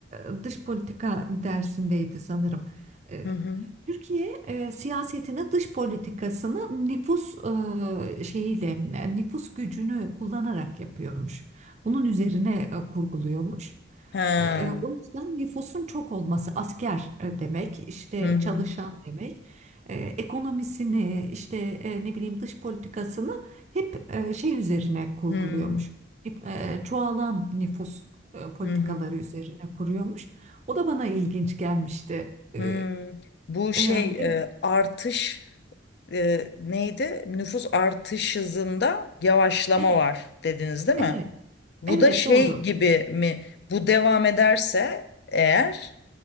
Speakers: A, on the right; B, on the left.
A: e, dış politika dersindeydi sanırım. E,
B: Hı hı.
A: Türkiye e, siyasetini, dış politikasını nüfus e, şeyiyle, e, nüfus gücünü kullanarak yapıyormuş. Bunun üzerine e, kurguluyormuş.
B: Ha.
A: E, O yüzden nüfusun çok olması asker e, demek, işte
B: Hı hı.
A: çalışan demek, e, ekonomisini, işte e, ne bileyim dış politikasını hep e, şey üzerine kurguluyormuş.
B: Hı hı.
A: Hep, e, Çoğalan nüfus e, politikaları
B: hı.
A: üzerine kuruyormuş. O da bana ilginç gelmişti. <laughs>
B: Hı. Bu şey
A: E, e, ve-
B: e, artış e, neydi? Nüfus artış hızında yavaşlama
A: evet,
B: var dediniz değil
A: evet,
B: mi? Bu
A: evet
B: da şey
A: doğru.
B: gibi mi? Bu devam ederse eğer